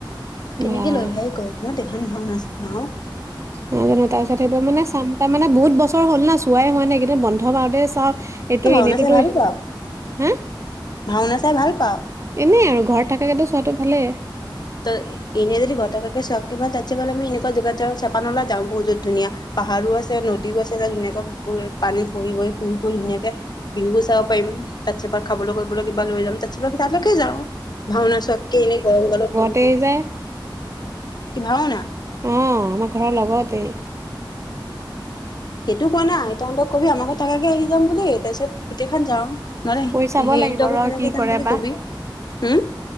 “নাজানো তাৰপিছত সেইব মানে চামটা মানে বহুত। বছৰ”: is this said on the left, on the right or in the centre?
Right